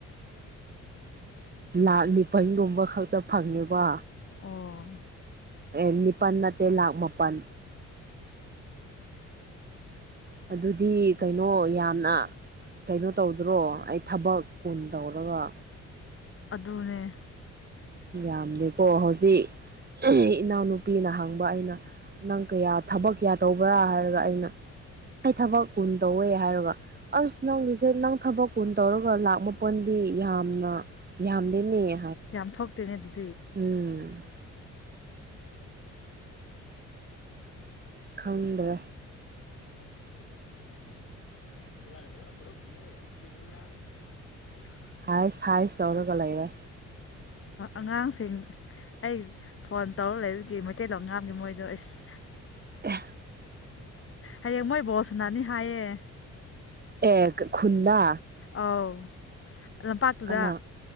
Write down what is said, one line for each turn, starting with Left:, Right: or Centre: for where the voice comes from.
Right: ꯂꯥꯈ ꯅꯤꯄꯜꯒꯨꯝꯕ ꯈꯛꯇ ꯐꯪꯅꯤꯕ
Left: ꯑꯣ
Right: ꯑꯦꯅꯤꯄꯥꯟꯅ ꯂ ꯃꯄꯥꯟ ꯑꯗꯨꯗꯤ ꯀꯩꯅꯣ ꯌꯥꯝꯅ ꯀꯩꯅꯣ ꯇꯧꯗ꯭ꯔꯣ ꯑꯩ ꯊꯕꯛ ꯀꯨꯟ ꯇꯧꯔꯒ
Left: ꯑꯗꯨꯗꯅꯦ
Right: ꯌꯥꯝꯗꯦꯀꯣ ꯍꯧꯖꯤꯛ ꯏꯅꯥꯎꯅꯨ ꯅꯨꯄꯤꯅ ꯍꯪꯕ ꯑꯩꯅ ꯅꯪ ꯀꯌꯥ ꯊꯕꯛ ꯀꯌꯥ ꯇꯧꯕ꯭ꯔꯥ ꯍꯥꯏꯔꯒ ꯑꯩꯅ ꯑꯩ ꯊꯕꯛ ꯀꯨꯟ ꯇꯧꯋꯦ ꯍꯥꯏꯒ ꯑꯁ ꯅꯪꯒꯤꯁꯦ ꯅꯪ ꯊꯕꯛ ꯀꯨꯟ ꯇꯧꯔꯒ ꯂꯥꯛ ꯃꯥꯄꯜꯗꯤ ꯌꯥꯝꯅ ꯌꯥꯝꯗꯦꯅꯦꯌꯦ
Left: ꯌꯥꯝ ꯊꯣꯛꯇꯦꯅꯦ ꯑꯗꯨꯗꯤ
Right: ꯎꯝ ꯈꯪꯗ꯭ꯔꯦ
Left: <unintelligible> <inaudible>
Right: ꯍꯥꯏꯁ ꯍꯥꯏꯁ ꯇꯧꯔꯒ ꯂꯩꯔꯦ
Left: ꯑꯉꯥꯡꯁꯤꯡ ꯑꯩ ꯐꯣꯟ ꯇꯧꯔꯒ ꯂꯩꯔꯗꯤ ꯃꯩꯇꯩꯂꯣꯟ ꯉꯥꯡꯕꯅꯦ ꯃꯣꯏꯗꯣ ꯑꯤꯁ
Right: ꯑꯦ
Left: ꯍꯌꯦꯡ ꯃꯣꯏ ꯕꯣꯜꯁꯥꯟꯅꯅꯤ ꯍꯥꯏꯌꯦ
Right: ꯑꯦ ꯈꯨꯟꯗ
Left: ꯑꯥꯎ ꯂꯝꯄꯥꯛꯇꯨꯗ
Right: ꯀꯅꯥ